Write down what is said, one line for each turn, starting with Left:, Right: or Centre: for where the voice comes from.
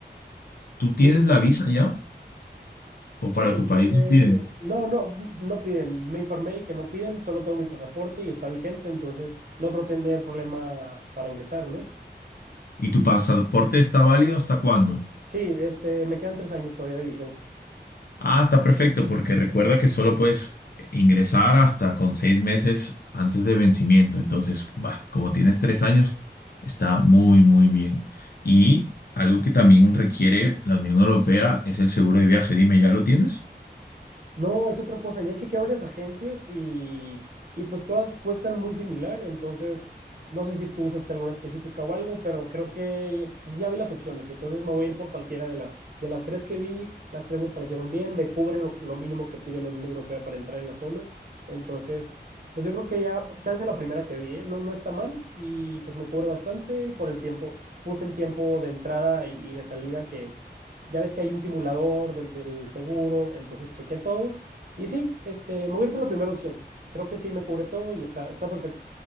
Left: tú tienes
Right: Sí,
Left: la visa ya? ¿O
Right: sí,
Left: para tu país
Right: eh,
Left: nos piden?
Right: no, no, no piden. Me informé y que no piden, solo tengo mi pasaporte y está vigente, entonces no creo tener problema para ingresar, ¿no?
Left: ¿Y tu pasaporte está válido hasta cuándo?
Right: Sí, este, me quedan tres años todavía de vigencia.
Left: Ah, está perfecto, porque recuerda que solo puedes ingresar hasta con seis meses antes de vencimiento. Entonces, bah, como tienes tres años, está muy, muy bien. Y algo que también requiere la Unión Europea es el seguro de viaje. Dime, ¿ya lo tienes?
Right: No, es otra cosa. Ya chequeé varias agencias y, y pues todas cuestan muy similar. Entonces, no sé si tú usaste alguna específica o algo, pero creo que pues, ya vi las opciones. Entonces me voy a ir por cualquiera de las, de las tres que vi. Las tres me parecieron bien, me cubren lo, lo mínimo que pide la Unión Europea para entrar en la zona. Entonces, pues yo creo que ya, chance la primera que vi, ¿eh? No, no está mal y pues me cubre bastante y por el tiempo. Puse el tiempo de entrada y, y de salida que ya ves que hay un simulador del, del seguro, entonces chequé todo y sí, este, me voy a ir por la primera opción. Creo que sí me cubre todo y está, está perfecto.